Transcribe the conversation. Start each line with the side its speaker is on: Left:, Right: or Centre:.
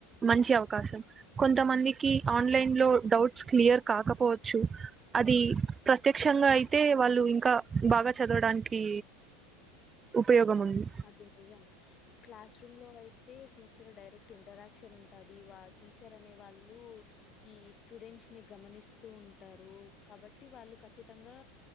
Right: మంచి అవకాశం కొం కొంత మందికి ఆన్లైన్ లో డౌట్స్ క్లియర్ కాకపోవచ్చు అది ప్రత్యక్షంగా అయితే వాళ్ళు ఇంకా బాగా చదవడానికి ఉపయోగం ఉంది
Left: అది నిజం క్లాస్ రూమ్లో అయి తే టీచింగ్ డైరెక్ట్ ఇంటరాక్షన్ ఉంటది వా టీచర్ అనే వాళ్ళు ఈ స్టూడెంట్స్ ని గమనిస్తూ ఉంటారు కాబట్టి వాళ్ళు ఖచ్చితంగా